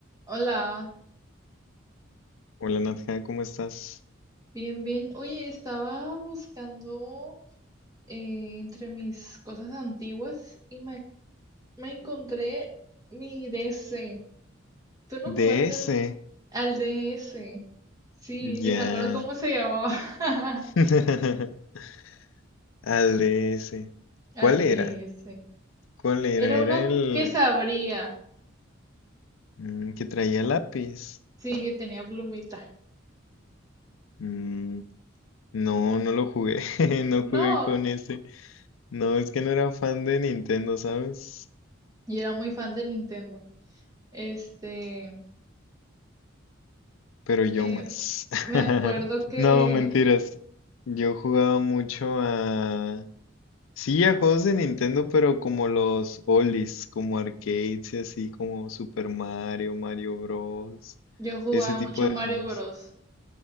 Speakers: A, on the right; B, on the left.
A: Hola,
B: Hola Nadja, ¿cómo estás?
A: bien, bien. Oye, estaba buscando eh, entre mis cosas antiguas y me, me encontré mi DS. ¿Tú no jugaste
B: DS.
A: al, al DS? Sí,
B: Ya.
A: ni me acuerdo cómo se llamaba. <laughs>
B: <laughs> Al DS. ¿Cuál
A: Al
B: era?
A: DS.
B: ¿Cuál era?
A: Era
B: Era
A: uno
B: el
A: que se abría.
B: mm, que traía lápiz.
A: Sí, que tenía plumita.
B: Mm, no, no lo jugué. <laughs> No
A: No,
B: jugué con ese. No, es que no era fan de Nintendo, ¿sabes?
A: yo era muy fan de Nintendo. Este,
B: Pero yo
A: eh,
B: más. <laughs>
A: me acuerdo que
B: No, mentiras. Yo jugaba mucho a Sí, a juegos de Nintendo, pero como los oldies, como arcades y así, como Super Mario, Mario Bros.
A: yo jugaba
B: Ese tipo
A: mucho
B: de
A: Mario
B: juegos.
A: Bros.